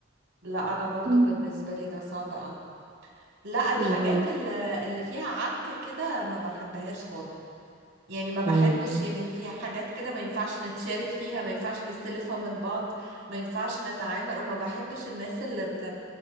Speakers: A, on the right; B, on the right.
A: لا انا برضو
B: مم.
A: بالنسبه لي ده صعب اه لا الحاجات
B: اه
A: اللي, اللي فيها عك كده ما بحبهاش خالص يعني ما بحبش
B: مم.
A: يعني فيها حاجات كده ما ينفعش نتشارك فيها ما ينفعش نستلفها من بعض ما ينفعش نتعامل وما بحبش الناس اللي بت...